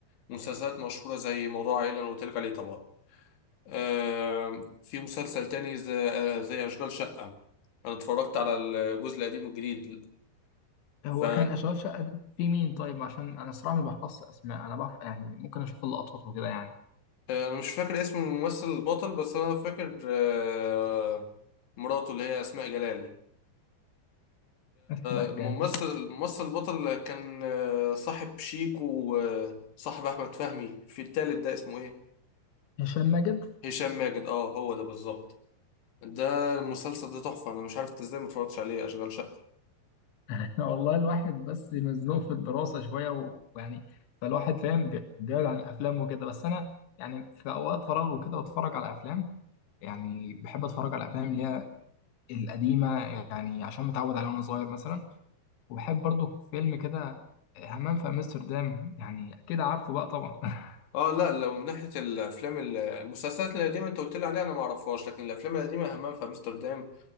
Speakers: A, on the left; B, on the left.
A: مسلسلات مشهوره زي موضوع عائله اللي قلت لك عليه طبعا آم، في مسلسل تاني زي آه، زي اشغال شقه انا اتفرجت على الجزء القديم والجديد
B: هو
A: ف
B: كان اشغال شقه ده في مين طيب عشان انا صراحه ما بحفظش اسماء انا بحف يعني ممكن اشوف اللقطات وكده يعني
A: آه، انا مش فاكر اسم الممثل البطل بس انا فاكر آه، مراته اللي هي اسماء جلال
B: اسماء
A: الممثل
B: جلال
A: الممثل البطل كان آه، صاحب شيكو وصاحب احمد فهمي في التالت ده اسمه ايه
B: هشام ماجد
A: هشام ماجد اه هو ده بالظبط ده المسلسل ده تحفه انا مش عارف انت ازاي ما اتفرجتش عليه اشغال شقه
B: <laughs> والله الواحد بس مزنوق في الدراسه شويه و- ويعني فالواحد فاهم بي- بيبعد عن الافلام وكده بس انا يعني في اوقات فراغ وكده بتفرج على افلام يعني بحب اتفرج على الافلام اللي هي القديمه يعني عشان متعود عليها وانا صغير مثلا وبحب برضو فيلم كده همام في امستردام يعني اكيد عارفه بقى طبعا <laughs>
A: اه لا لو من ناحيه الافلام ال- المسلسلات القديمه انت قلت لي عليها انا ما اعرفهاش لكن الافلام القديمه همام في امستردام